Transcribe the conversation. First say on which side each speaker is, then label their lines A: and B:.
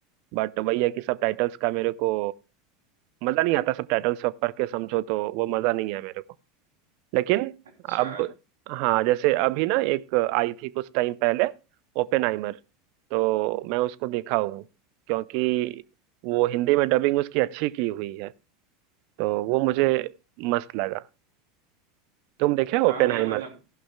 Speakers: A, on the right (about 60°); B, on the right (about 85°).
A: बट वही है कि सब टाइटल्स का मेरे को मजा नहीं आता सब टाइटल्स सब पढ़ के समझो तो वो मजा नहीं है मेरे को लेकिन
B: अच्छा
A: अब हाँ जैसे अभी ना एक आई थी कुछ टाइम पहले ओपेनहाइमर तो मैं उसको देखा हूँ क्योंकि वो हिंदी में डबिंग उसकी अच्छी की हुई है तो वो मुझे मस्त लगा तुम देखे
B: हाँ
A: ओपेनहाइमर
B: भाई मतलब